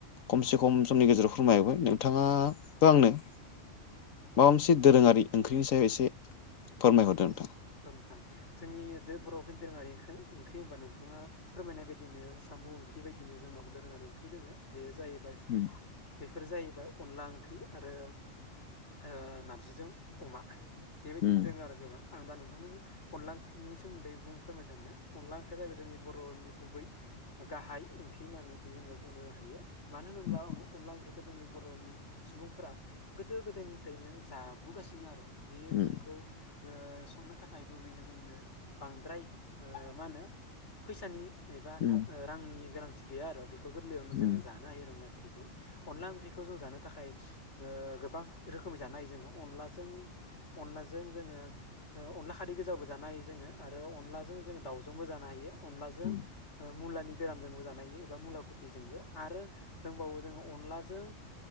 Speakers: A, on the left; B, on the left.
A: खमसे खम समनि गेजेराव फोरमायहबाय नोंथाङाबो आंनो माबा मोनसे दोरोङारि ओंख्रिनि सायाव एसे फोरमायहरदो नोंथां
B: ओ नोंथां जोंनि बर'फोरनि दोरोङारि ओंख्रि हबा नोंथाङा फोरमायनाय बायदिनो सा मु ओंख्रि बायदिनो जोंनावबो दोरोङारि ओंख्रि दोंङो बेयो जाहैबाय
A: उम
B: बेफोर जाहै बाय अनला ओंख्रि आरो ओ नारजिजों अमा बेबायदिनो
A: उम
B: दोङो आरो गोबां आं दा नोंथांनो अनला ओंख्रिनि सोमोन्दै बुंनो फोरमायनो सानदों । अनला ओंख्रिया जाहैबाय जोंनि बर'नि गुबै गाहाय ओंख्रि होननानै जोङो बुंनो हायो । मानो होनोब्ला
A: उम
B: अनला ओंख्रि जोंनि बर'नि सुबुंफोरा गोदो गोदायनिफ्रायनो जाबोगासिनो आरो । बे ओंख्रिखौ
A: उम
B: ओ संनो थाखाय गुबैनो जोंनो बांद्राय ओ मा होनो फैसानि एबा
A: उम
B: था रांनि गोनांथि गैया आर' बेखौ गोरलैयावनो
A: उम
B: जोङो जानो हायो अनला ओंख्रि अनला ओंख्रिखौ जों जानो थाखाय ओ गोबां रोखोमै जानो हायो जोङो अनलाजों अनलाजों जोङो ओ अनला खारै गोजाबो जानो हायो जोङो आरो अनलाजों जोङो दाउजोंबो जानो हायो अनलाजों
A: उम
B: ओ मुलानि गोरानजोंबो जानो हायो एबा मुलाखुथिजोंबो आरो दोंबावो जोङो अनलाजों